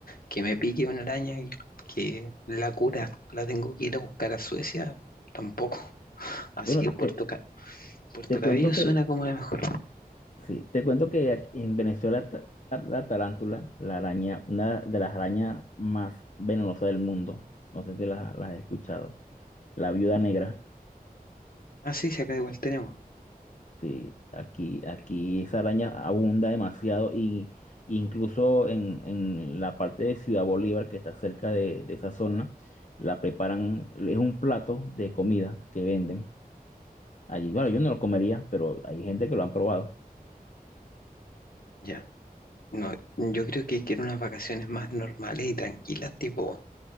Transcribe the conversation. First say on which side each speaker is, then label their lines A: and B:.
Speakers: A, on the left (about 70°); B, on the left (about 50°).
A: Que me pique una araña, que que la cura la tengo que ir a buscar a Suecia, tampoco. Así
B: Bueno,
A: que Puerto,
B: te,
A: Ca- Puerto
B: te cuento
A: Cabello
B: Mm. que,
A: suena como la mejor.
B: sí, te cuento que aquí en Venezuela ta- la, tarántula, la araña, una de las arañas más venenosas del mundo, no sé si las la la has escuchado, la viuda negra.
A: Ah, sí, sí, acá igual tenemos.
B: Sí, aquí, aquí esa araña abunda demasiado y incluso en, en la parte de Ciudad Bolívar que está cerca de, de esa zona, la preparan, es un plato de comida que venden allí. Bueno, yo no lo comería, pero hay gente que lo han probado.
A: Ya. No, yo creo que quiero unas vacaciones más normales y tranquilas, tipo